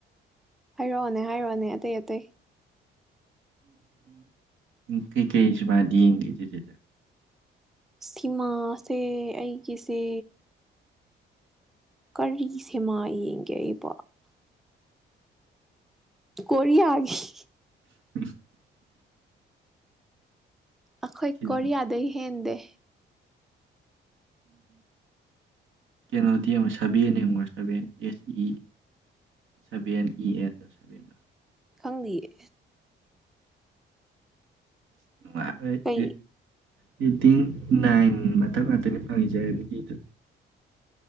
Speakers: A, in the centre; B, on the right (about 75°).
A: ꯍꯥꯏꯔꯛꯑꯣꯅꯦ ꯍꯥꯏꯔꯛꯑꯣꯅꯦ ꯑꯇꯩ ꯑꯇꯩ
B: ꯎꯝ ꯀꯩ ꯀꯩꯁꯤꯕꯥꯗꯤ <unintelligible>
A: ꯁꯤꯃꯥꯁꯦ ꯑꯩꯒꯤꯁꯦ ꯀꯔꯤ ꯁꯦꯃ ꯌꯦꯡꯒꯦ ꯑꯩꯕꯣ ꯀꯣꯔꯤꯌꯥꯒꯤ
B: <inaudible>
A: ꯑꯩꯈꯣꯏ
B: ꯀꯤꯟ-
A: ꯀꯣꯔꯤꯌꯥꯗꯩ ꯍꯦꯟꯗꯦ
B: ꯀꯩꯅꯣꯗꯤ ꯌꯦꯡꯉꯣ ꯁꯚꯦꯟ ꯌꯦꯡꯉꯣ seven S E seven E and ꯁꯕꯦꯟꯗ
A: ꯈꯪꯗꯤꯌꯦ
B: <unintelligible>
A: ꯀꯩ
B: ꯔꯦꯇꯤꯡ ꯅꯥꯏꯟ ꯃꯊꯛ ꯉꯥꯛꯇꯅꯤ ꯐꯪꯉꯖꯔꯦ ꯅꯨꯃꯤꯠꯇꯨ